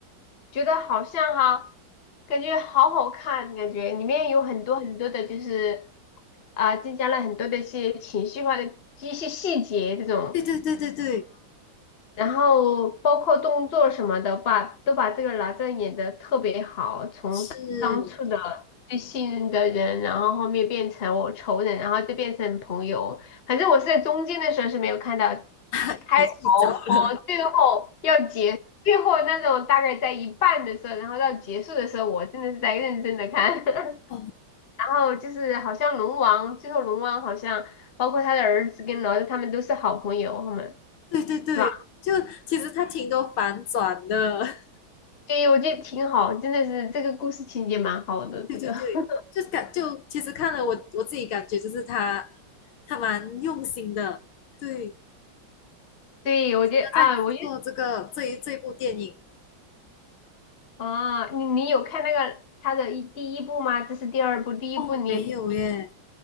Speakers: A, on the left; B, on the left.
A: 觉得好像哈、感觉好好看，感觉里面有很多很多的，就是啊、增加了很多的一些情绪化的一些细节这种。
B: 对对对对对，
A: 然后包括动作什么的，把都把这个哪吒演得特别好，从当初的
B: 是，<laughs> 因
A: 最信任的人，然后后面变成我仇人，然后就变成朋友。反正我是在中间的时候是没有看到
B: 为你睡着了。
A: 开头和最后要结，最后那种大概在一半的时候，然后到结束的时候，我真的是在认真的看。<laughs>
B: 哦，
A: 然后就是好像龙王，最后龙王好像包括他的儿子跟哪吒他们都是好朋友，他们。
B: 对对对，
A: 对吧
B: 就其实它挺多反转的，
A: 对，我觉得挺好，真的是这个故事情节蛮好的。
B: <laughs>
A: 这个，
B: 对对对，
A: <laughs>
B: 就感就其实看了我我自己感觉就是他他蛮用心的，对，
A: 对，我觉得啊，
B: 他在制作这个这一这一部电影。
A: 我觉得啊，你你有看那个他的一第一部吗？这是第二部，第一部你
B: 哦，没有耶，